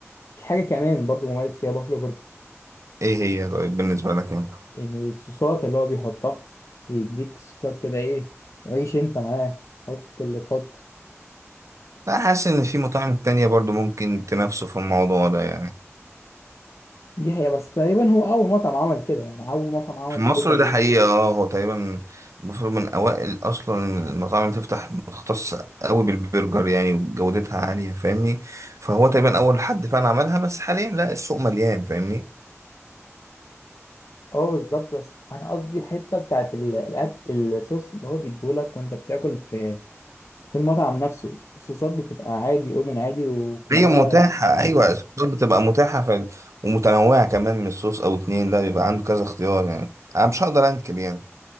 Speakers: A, on the left; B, on the right.
A: في حاجه كمان برضو مميز فيها بافلو برجر
B: ايه هي طيب بالنسبة لك انت؟
A: يعني الصوصات اللي هو بيحطها بيديك صوصات كده ايه وعيش انت معاه حط اللي تحط
B: لا حاسس ان في مطاعم تانية برضو ممكن تنافسه في الموضوع ده يعني
A: دي حقيقه بس تقريبا هو اول مطعم عمل كده يعني اول مطعم عمل
B: في
A: الفكره
B: مصر
A: دي
B: ده حقيقة اه هو تقريبا المفروض من اوائل اصلا المطاعم اللي تفتح مختصة قوي بالبرجر يعني وجودتها عالية فاهمني فهو تقريبا اول حد فعلا عملها بس حاليا لا السوق مليان فاهمني
A: اه بالظبط بس انا قصدي الحته بتاعت ال- الاكل الصوص اللي هو بيديهولك وانت بتاكل في في المطعم نفسه الصوصات بتبقى عادي اوبن عادي وكلها
B: هي متاحة ايوه الصوصات بتبقى متاحة ف... ومتنوعة كمان من صوص او اتنين لا بيبقى عنده كذا اختيار يعني انا مش هقدر انكر يعني